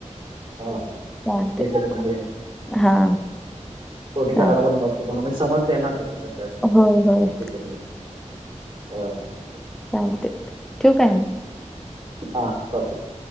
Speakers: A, on the right; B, in the centre.
A: हा हा
B: चालते
A: डिटेल मध्ये
B: हा
A: <unintelligible> तुमाला
B: चालते
A: मजी समजतय ना कस काय काय असत.
B: होय होय.
A: डिटेल <unintelligible>
B: चालतय ठिऊ काय मग?
A: हा चालतंय.